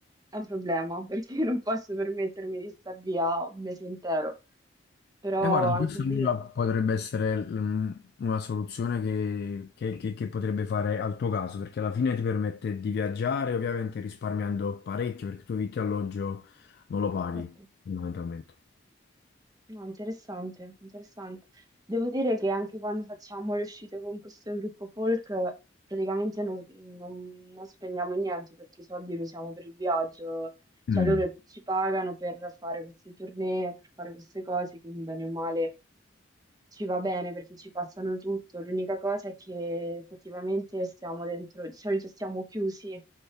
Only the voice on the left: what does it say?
E guarda,
questa
allora potrebbe essere mm, una soluzione che, che- che- che potrebbe fare al tuo caso, perché alla fine ti permette di viaggiare, ovviamente risparmiando parecchio, perché tu vitto e alloggio non lo paghi,
fondamentalmente.
Mm.